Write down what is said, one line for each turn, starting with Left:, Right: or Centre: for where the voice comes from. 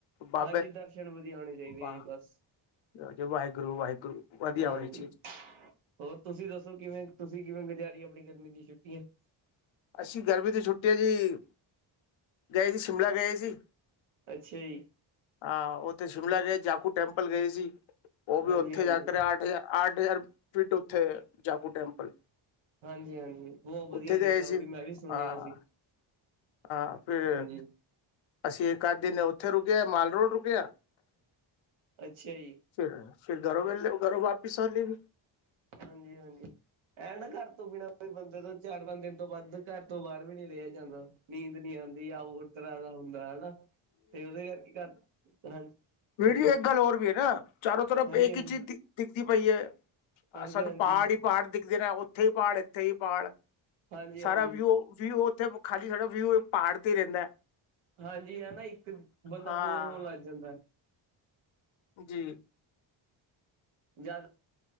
Left: ਬਾਬੇ
Right: ਹਾਂਜੀ ਦਰਸ਼ਨ ਵਧੀਆ ਹੋਣੇ ਚਾਹੀਦੇ
Left: ਵਾਹ
Right: ਜੀ ਬਸ
Left: ਵਾਹਿਗੁਰੂ ਵਾਹਿਗੁਰੂ ਵਧੀਆ
Right: ਹਾਂਜੀ
Left: ਹੋ ਰਹੇ ਜੀ
Right: ਹੋਰ ਤੁਸੀਂ ਦੱਸੋ ਕਿਵੇਂ ਤੁਸੀਂ ਕਿਵੇਂ ਗੁਜ਼ਾਰੀ ਆਪਣੀ ਗਰਮੀ ਦੀ ਛੁੱਟੀਆਂ
Left: ਅਸੀਂ ਗਰਮੀ ਦੀ ਛੁੱਟੀ ਹੈ ਜੀ ਗਏ ਸੀ ਸ਼ਿਮਲਾ ਗਏ ਸੀ
Right: ਅੱਛਾ ਜੀ
Left: ਹਾਂ ਉੱਥੇ ਸ਼ਿਮਲਾ ਗਏ ਜਾਕੂ ਟੈਂਪਲ ਗਏ ਸੀ ਉਹ ਵੀ
Right: ਹਾਂਜੀ
Left: ਉੱਥੇ
Right: ਹਾਂਜੀ
Left: ਜਾ ਕੇ ਆ ਆਠ ਹਜ਼ਾਰ ਫੀਟ ਉੱਥੇ ਜਾਕੂ ਟੈਂਪਲ
Right: ਹਾਂਜੀ ਹਾਂਜੀ ਬਹੁਤ ਵਧੀਆ
Left: ਉੱਥੇ ਗਏ
Right: ਜਗ੍ਹਾ ਉਹ
Left: ਸੀ
Right: ਵੀ ਮੈਂ ਵੀ ਸੁਣਿਆ
Left: ਹਾਂ
Right: ਸੀ
Left: ਹਾਂ ਫਿਰ
Right: ਹਾਂਜੀ।
Left: ਅਸੀਂ ਇੱਕ ਅੱਧ ਦਿਨ ਉੱਥੇ ਰੁਕੇ ਆ ਮਾਲ ਰੋਡ ਰੁਕੇ ਆ
Right: ਅੱਛਾ ਜੀ
Left: ਫਿਰ ਫਿਰ ਘਰੋਂ ਵੇਲੇ ਘਰੋਂ ਵਾਪਿਸ ਆ ਲਈ
Right: ਹਾਂਜੀ ਹਾਂਜੀ ਇਹ ਨਾ ਘਰ ਤੋਂ ਬਿਨਾਂ ਕੋਈ ਬੰਦੇ ਤੋਂ ਚਾਰ ਪੰਜ ਦਿਨ ਤੋਂ ਬਾਦ ਘਰ ਤੋਂ ਬਾਹਰ ਵੀ ਨੀ ਰਿਹਾ ਜਾਂਦਾ ਨੀਂਦ ਨਹੀਂ ਆਉਂਦੀ ਯਾ ਹੋਰ ਤਰ੍ਹਾਂ ਦਾ ਹੁੰਦਾ ਹਨਾ ਤੇ ਉਹਦੇ ਕਰਕੇ ਘਰ ਹਾਂਜੀ
Left: ਵੀੇਰ
Right: ਹੈਲੋ
Left: ਜੀ ਇੱਕ ਗੱਲ ਹੋਰ ਵੀ ਹੈ ਨਾ ਚਾਰੋ ਤਰਫ
Right: ਹਾਂਜੀ-ਹਾਂਜੀ,
Left: ਇੱਕ ਹੀ ਚੀਜ਼ ਦਿਖਦੀ ਪਈ ਹੈ
Right: ਹਾਂਜੀ-ਹਾਂਜੀ,
Left: ਸਾਨੂੰ ਪਹਾੜ ਹੀ ਪਹਾੜ ਦਿਖਦੇ ਨੇ ਉੱਥੇ ਹੀ ਪਹਾੜ ਇੱਥੇ ਹੀ ਪਹਾੜ
Right: ਹਾਂਜੀ-ਹਾਂਜੀ।
Left: ਸਾਰਾ ਵਿਊ ਵਿਊ ਉੱਥੇ ਖਾਲੀ ਸਾਡਾ ਵਿਊ ਪਹਾੜ ਤੇ ਹੀ ਰਹਿੰਦਾ ਹੈ
Right: ਹਾਂਜੀ ਹੈਨਾ ਇੱਕ ਬੰਦਾ
Left: ਹਾਂ
Right: ਬੋਰ ਹੋਣ ਲੱਗ ਜਾਂਦਾ
Left: ਜੀ
Right: ਜ਼ਦ